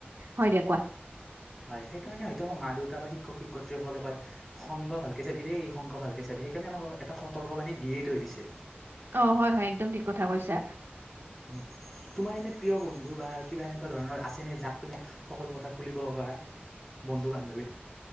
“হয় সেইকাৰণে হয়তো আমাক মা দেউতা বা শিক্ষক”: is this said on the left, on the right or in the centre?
Centre